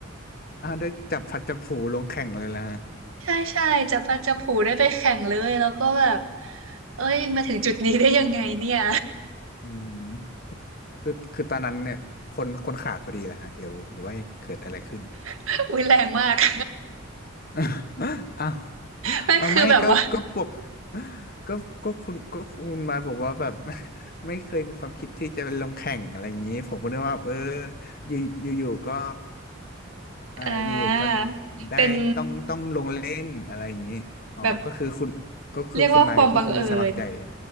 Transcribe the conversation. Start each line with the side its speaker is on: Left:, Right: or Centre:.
Left: อ่าวได้จับพลัดจับผลูลงแข่งเลยแล้วฮะ
Right: <laughs> ใช่ใช่จะพัดจะผูได้ไปแข่งเลยแล้วก็แบบเอ้ยมาถึงจุดนี้ได้ยังไงเนี่ย
Left: อืมคือคือตอนนั้นเนี่ยคนคนขาดพอดีแหละฮะหรือหรือว่าเกิดอะไรขึ้น
Right: <laughs> อุ้ยแรงมาก <laughs>
Left: <laughs> อ้าว
Right: ไม่คือแบบว่า
Left: เอาไม่ก็ก็ปกก็ก็คุณก็คุณมาบอกว่าแบบ <laughs> ไม่เคยมีความคิดที่จะไปลงแข่งอะไรอย่างนี้ผมก็นึกว่าเอออยู่อยู่ๆก็ อ่าอยู่ๆก็
Right: อ่า
Left: ได้ต้องต้องลงเล่นอะไรอย่างนี้อ๋อก็คือคุณก็คือคุณมายก็คือสมัครใจเลย
Right: เป็นแบบเรียกว่าความบังเอิญ